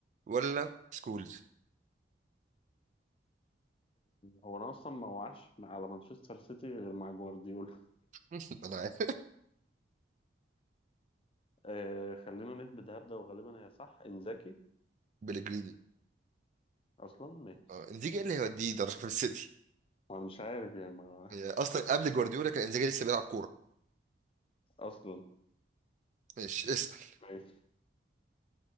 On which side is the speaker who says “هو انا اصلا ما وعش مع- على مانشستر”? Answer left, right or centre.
Left